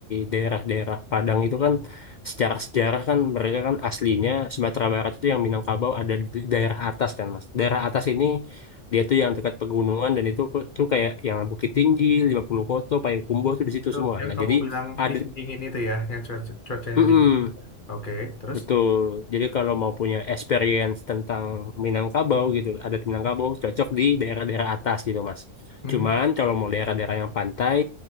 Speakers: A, on the left; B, on the left.
A: daerah-daerah Padang itu kan secara sejarah kan mereka kan aslinya Sumatera Barat itu yang Minangkabau ada di daerah atas kan Mas. Daerah atas ini dia tuh yang dekat pegunungan dan itu tuh kayak yang Bukit Tinggi, 50 Koto, Payakumbuh tuh di situ
B: Tuh,
A: semua.
B: Yang
A: Nah,
B: kamu
A: jadi
B: bilang
A: ada
B: dingin itu ya, yang cuaca- cuacanya
A: Mm-mm.
B: dingin. Oke, terus?
A: Betul. Jadi kalau mau punya experience tentang Minangkabau gitu, ada Minangkabau cocok di daerah-daerah atas gitu, Mas.
B: Hmm,
A: Cuman kalau mau daerah-daerah yang pantai,